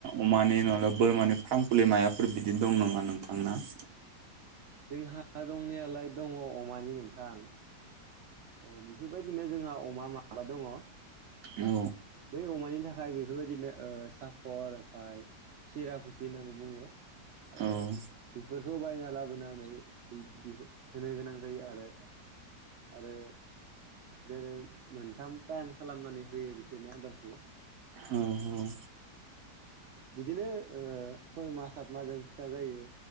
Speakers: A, on the right; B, on the right.
A: अमानि नङाला बोरमानि फारमफुलि मायाफोर बिदि दं नामा नोंथांना। <inaudible>
B: जोंहा दंनायालाय दङ अमानि नोंथां औ बेफोरबायदिनो जोंहा अमा माबा दङ। ओ
A: औ
B: बै अमानि थाखाय बेफोरबायदिनो ओ सापर ओमफ्राय सिरा खुसि होननानै बुङो ओ
A: औ औ
B: बेफोरखौ बायना लाबोनानै बि होनो गोनां जायो आरो आरो जेरै मोनथाम टाइम खालामनानै होयो बिसोरनो आदारखौ
A: औ औ
B: बिदिनो ओ सय मास सात मासजों फिसा जायो।